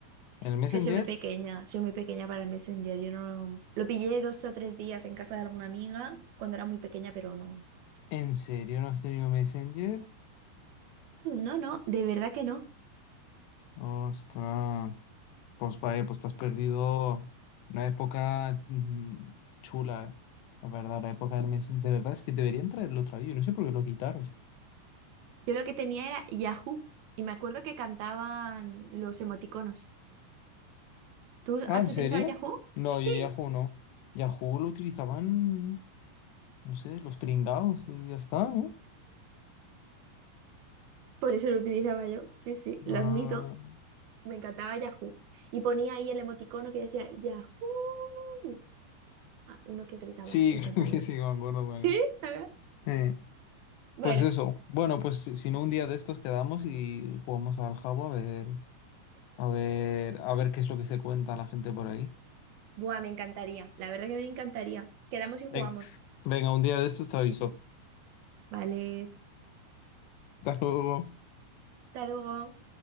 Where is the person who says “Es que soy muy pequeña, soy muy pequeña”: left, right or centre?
Right